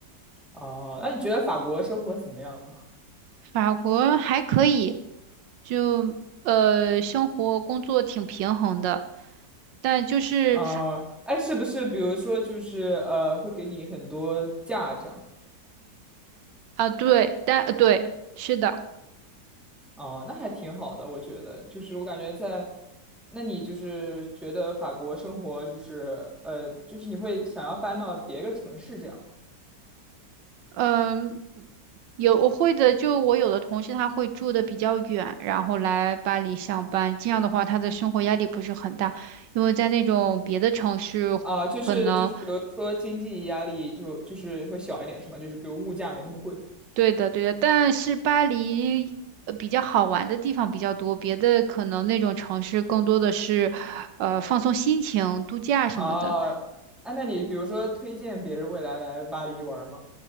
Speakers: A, in the centre; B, on the right.
A: 哦，那你觉得法国生活怎么样？
B: 法国还可以，就呃，生活工作挺平衡的，但就是
A: 啊，哎，是不是比如说就是呃，会给你很多假这样？
B: 啊，对，但呃对，是的。
A: 哦，那还挺好的，我觉得，就是我感觉在，那你就是觉得法国生活就是呃，就是你会想要搬到别个城市这样吗？
B: 嗯，有我会的，就我有的同事他会住的比较远，然后来巴黎上班，这样的话他的生活压力不是很大，因为在那种别的城市可能，
A: 啊，就是就是，比如说经济压力就就是会小一点，是吗？就是比如物价没那么贵。
B: 对的对的，但是巴黎呃比较好玩的地方比较多，别的可能那种城市更多的是，呃放松心情、度假什么的。
A: 啊。哎，那你比如说推荐别人未来来巴黎玩吗？